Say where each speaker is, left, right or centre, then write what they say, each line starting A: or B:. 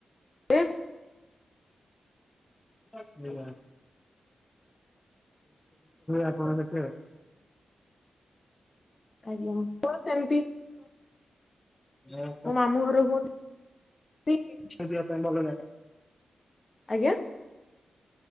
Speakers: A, on the left (about 45°); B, on the left (about 15°).
A: କିଏ?
B: ଆ ହୁ ଆପଣ ସେଥି ଆଉ
A: ଆଜ୍ଞା ସେମତି
B: <inaudible>
A: ମାମୁଁ ଘର ହୁଅନ୍ତି କିମ୍ବା
B: ସେ ଯିବା ପାଇଁ ଭଲ ଲାଗେ।
A: ଆଜ୍ଞା।